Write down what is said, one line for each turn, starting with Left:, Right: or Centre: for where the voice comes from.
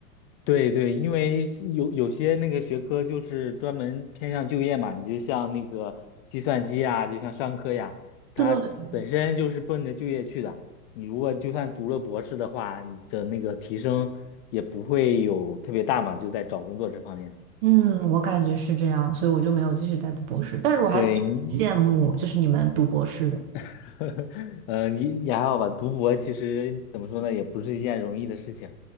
Left: 对对，因为是有有些那个学科就是专门偏向就业嘛，你就像那个计算机呀，就像商科呀，
Right: 对，
Left: 它本身就是奔着就业去的。你如果就算读了博士的话，你的那个提升也不会有特别大嘛，就在找工作这方面。
Right: 嗯，我感觉是这样，所以我就没有继续再读博士。但是我还挺羡慕，
Left: 对，你
Right: 就是你们读博士的。
Left: <laughs> 呃，你也还好吧，读博其实怎么说呢，也不是一件容易的事情。